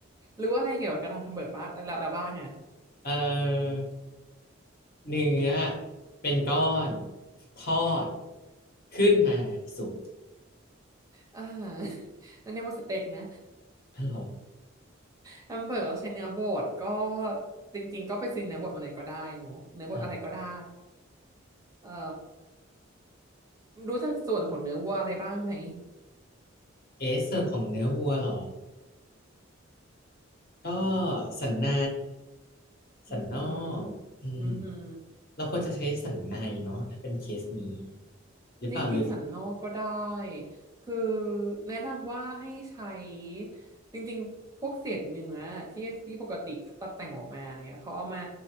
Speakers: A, on the right (about 15°); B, on the left (about 45°).
A: รู้อะไรเกี่ยวกับการทำแฮมเบอร์กบ้างแล้วแล้วบ้างอ่ะ
B: เออเนื้อเป็นก้อนทอดขึ้นมาสุก
A: อ่า <laughs> นั่นเรียกว่าสเต็กนะ
B: อ๋อเหรอ
A: แฮมเบอร์กเราใช้เนื้อบดก็จริงๆก็ไปซื้อเนื้อบดมาเลยก็ได้เนอะเนื้อบดอะไรก็ได้
B: อ่ะ
A: เอ่อรู้จักส่วนของเนื้อวัวอะไรบ้างไหม
B: เอะส่วนของเนื้อวัวเหรอ ก็สันใน
A: อือหือ
B: สันนอกอืม
A: อือหือ
B: เราควรจะใช้สันในเนาะถ้าเป็นเคสนี้หรือเปล่าหรือ
A: จริงๆสันนอกก็ได้คือแนะนำว่าให้ใช้จริงๆพวกเศษเนื้อที่ที่ปกติตัดแต่งออกมาเนี่ยเขาเอามา